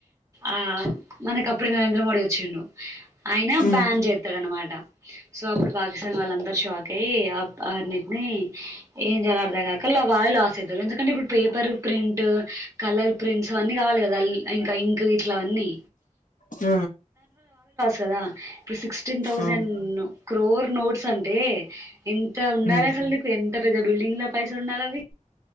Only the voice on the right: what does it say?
ఆ మనక అప్పుడు నరేంద్ర మోడీ వచ్చాడు ఆయన
బ్యాన్ చేస్తాడ అనమాట సో అప్పుడు పాకిస్తాన్ వాళ్ళందరుూ షాక్ అయ్యి ఆ అన్నిటిని ఏం చెయ్యాలో అర్ధం కాక వాళ్ళే లాస్ అవుతారు ఎందుకంటే ఇప్పుడు పేపర్ ప్రింట్ కలర్ ప్రింట్స్ అన్నీ కావాలి కదా అ ఇంకా ఇంక వీట్ల అవన్నీ
కదా ఇప్పుడు సిటీన్సండ్
క్రో నోట్స్ అంటే ఎంత ఉండాలి
అసలు నీకు ఎంత పెద్ద బిల్డింగ్ లో పైస ఉండాలి అవి